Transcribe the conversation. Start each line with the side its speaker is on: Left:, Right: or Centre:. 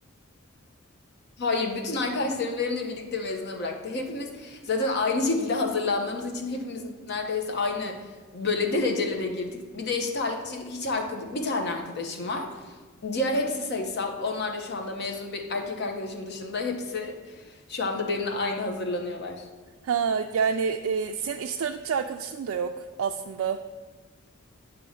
Left: Hayır, bütün arkadaşlarım benimle birlikte mezuna bıraktı. Hepimiz zaten aynı şekilde hazırlandığımız için hepimiz neredeyse aynı böyle <laughs> derecelere girdik. Bir de eşit ağırlıkçı hiç arkadaş, bir tane arkadaşım var. Diğer hepsi sayısal. Onlar da şu anda mezun bir erkek arkadaşım dışında hepsi şu anda benimle aynı hazırlanıyorlar.
Right: Ha yani e, senin eşit ağırlıkçı arkadaşın da yok aslında.